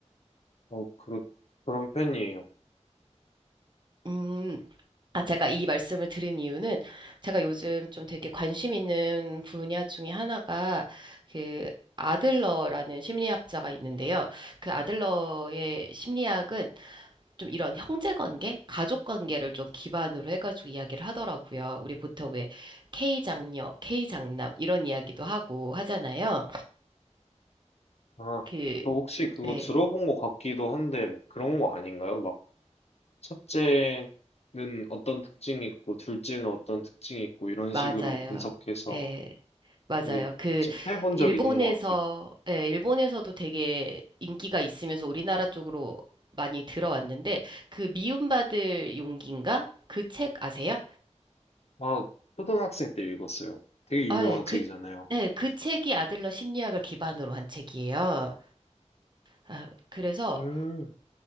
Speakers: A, on the left; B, on the right.
A: 어, 그, 그런 편이에요.
B: 음, 아, 제가 이 말씀을 드린 이유는 제가 요즘 좀 되게 관심 있는 분야 중에 하나가 그 아들러라는 심리학자가 있는데요. 그 아들러의 심리학은 좀 이런 형제 관계, 가족 관계를 좀 기반으로 해가지고 이야기를 하더라고요. 우리 보통 왜 K 장녀, K 장남 이런 이야기도 하고 하잖아요.
A: 아,
B: 그,
A: 저 혹시 그거
B: 네,
A: 들어본 것 같기도 한데 막 그런 거 아닌가요? 막 첫째는 어떤 특징이 있고 둘째는 어떤 특징이 있고 이런
B: 맞아요.
A: 식으로 분석해서
B: 예. 맞아요.
A: 네,
B: 그
A: 접해본
B: 일본에서
A: 적이 있는 것 같아요.
B: 예, 일본에서도 되게 인기가 있으면서 우리나라 쪽으로 많이 들어왔는데 그 미움받을 용기인가? 그 책 아세요?
A: 아, 초등학생 때 읽었어요. 되게 유명한
B: 아, 예,
A: 책이잖아요.
B: 그 네, 그 책이 아들러 심리학을 기반으로 한 책이에요. 아, 그래서
A: 음.